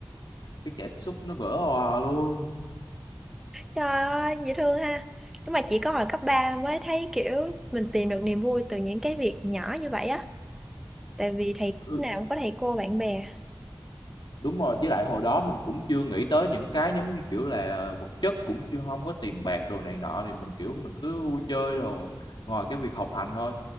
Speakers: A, on the left; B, in the centre.
A: cái cảm xúc nó vỡ òa luôn
B: Trời ơi, dễ thương ha. Nhưng mà chỉ có hồi cấp ba mới thấy kiểu mình tìm được niềm vui từ những cái việc nhỏ như vậy á. Tại vì thầy
A: Ừ,
B: lúc nào cũng có thầy cô bạn bè.
A: đúng rồi với lại hồi đó mình cũng chưa nghĩ tới những cái giống như kiểu là vật chất cũng chưa không có tiền bạc đồ này nọ thì mình kiểu mình cứ vui chơi đồ ngoài cái việc học hành thôi